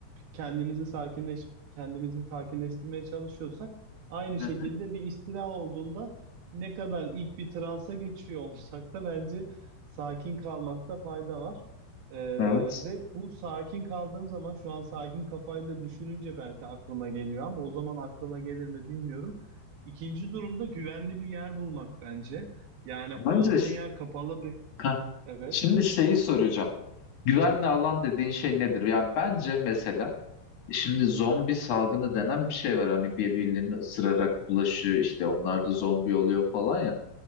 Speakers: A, on the right; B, on the left.
A: kendimizi sakinleş kendimizi sakinleştirmeye çalışıyorsak aynı
B: Hı
A: şekilde
B: hı.
A: bir istila olduğunda ne kadar ilk bir transa geçiyor <laughs> olsak da bence sakin kalmakta fayda var. Ee,
B: Evet.
A: ve bu sakin kaldığım zaman şu an sakin kafayla düşününce belki aklıma geliyor ama o zaman aklıma gelir mi bilmiyorum. İkinci durumda güvenli bir yer bulmak bence. Yani
B: Bence
A: olduğun yer kapalı bir
B: Heh.
A: evet.
B: şimdi şeyi soracağım. Güvenli alan dediğin şey nedir? Ya bence mesela şimdi zombi salgını denen bir şey var. Hani birbirlerini ısırarak bulaşıyor işte onlar da zombi oluyor falan ya.